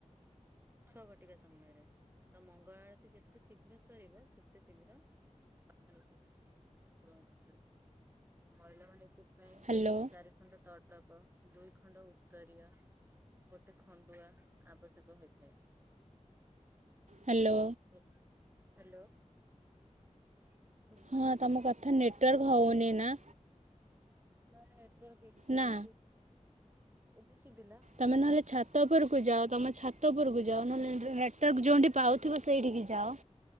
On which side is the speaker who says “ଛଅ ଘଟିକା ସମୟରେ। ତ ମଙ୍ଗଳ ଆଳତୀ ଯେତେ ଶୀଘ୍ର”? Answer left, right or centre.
Right